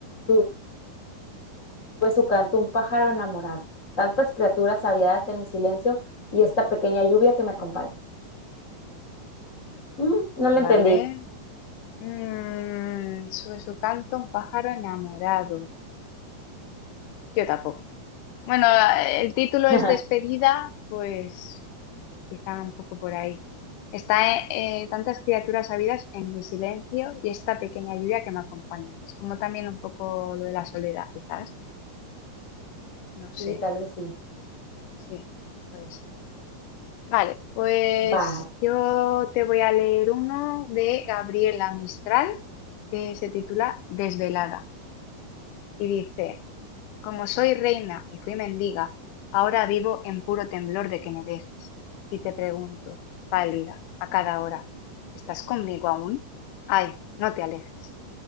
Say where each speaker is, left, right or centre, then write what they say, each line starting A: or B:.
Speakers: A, on the left; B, on the left.
A: Tuve su canto un pájaro enamorado. Tantas criaturas aviadas en mi silencio y esta pequeña lluvia que me acompaña. Mm, no la
B: vale.
A: entendí.
B: Mm, sobre su canto, un pájaro enamorado. Yo tampoco. Bueno, el título
A: <laughs>
B: es Despedida, pues quizá un poco por ahí. Está eh, eh, tantas criaturas habidas en mi silencio y esta pequeña lluvia que me acompaña. Es como también un poco lo de la soledad, quizás. No
A: Sí,
B: sé,
A: tal vez sí.
B: sí. Puede ser. Vale, pues
A: Vale.
B: yo te voy a leer uno de Gabriela Mistral que se titula Desvelada y dice, Como soy reina y fui mendiga, ahora vivo en puro temblor de que me dejes. Y te pregunto, pálida, a cada hora, ¿estás conmigo aún? Ay, no te alejes.